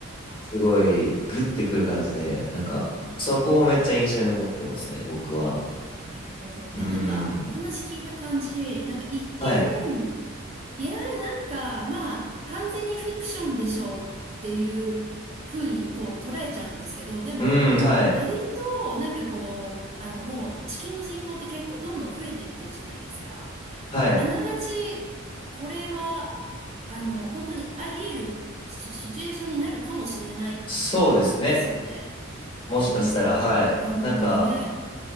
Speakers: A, on the left (about 25°); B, on the right (about 30°).
A: すごい、
B: あ。
A: グッてくる感じで、
B: へえ。
A: なんか、そこもめっちゃ印象に残ってますね、僕は。
B: なるほど。いや、
A: うーん。
B: なんか、お話聞いた感じ、なんか一見、
A: はい。
B: いや、なんか、まあ、完全にフィクションでしょうっていう風に、こう、捉えちゃうんですけど、でも、
A: うーん、はい。
B: 割と、なんかこう、あの、もう、地球の人口って結構どんどん増えていってるじゃないですか。
A: はい。
B: もう、あながち、これは、あの、本当にあり得るシシチュエーションになるかもしれないって、
A: そうですね。
B: ですよね。
A: もしかしたら、
B: へえ、
A: はい。
B: いや、本当にね。
A: なんか、